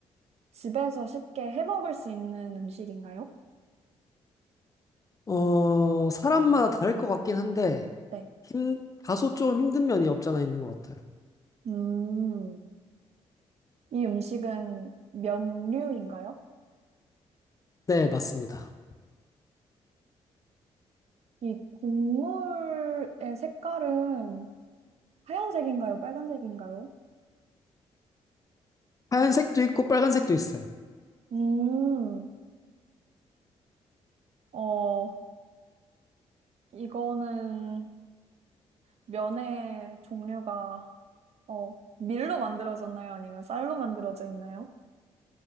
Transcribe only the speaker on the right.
집에서 쉽게 해 먹을 수 있는 음식인가요?
네.
음, 이 음식은 면류인가요?
이 국물의 색깔은 하얀색인가요? 빨간색인가요?
음, 어, 이거는 면의 종류가, 어, 밀로 만들어졌나요? 아니면 쌀로 만들어져 있나요?